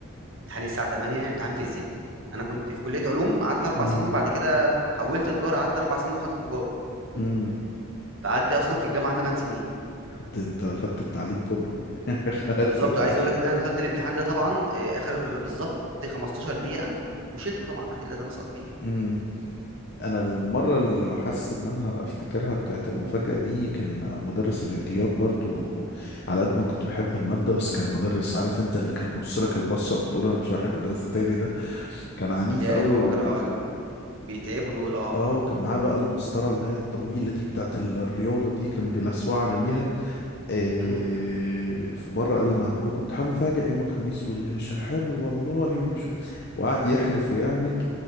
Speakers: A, on the right; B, on the left.
A: امتحاني الساعه 8 امتحان فيزياء انا كنت في كليه علوم قعدت اربع
B: امم
A: سنين وبعد كده حولت تجاره قعدت اربع سنين وخدت تجاره
B: امم
A: فقعدت اصلا في الجامعه ثمان سنين
B: خدت انت خدت التعليم كله <laughs> خدت
A: بالظبط
B: التعليم.
A: وعايز اقول لك ان انا دخلت الامتحان ده طبعا آه، اخر بالظبط 15 دقيقه وشلته طبعا اكيد لازم اسقط فيه
B: امم انا المره اللي انا حاسس ان انا افتكرها بتاعت المفاجاه دي كان مدرس الرياضيات برضو على قد ما كنت بحب الماده بس كان مدرس عارف انت اللي كان بص لك البصه تقول انا مش رايح المدرسه تاني ده كان عنيف
A: يا
B: قوي
A: اللي هو
B: و
A: ما كانوا بيتعبوا دول اه
B: اه وكان معاه بقى المسطره اللي هي الطويله دي بتاعت ال- الرياضه دي كان بيلسوعنا بيها إيه
A: امم
B: في مره قال انا هعمل لكم امتحان مفاجئ يوم الخميس واللي مش حلو والله ومش وقعد يحلف ويعمل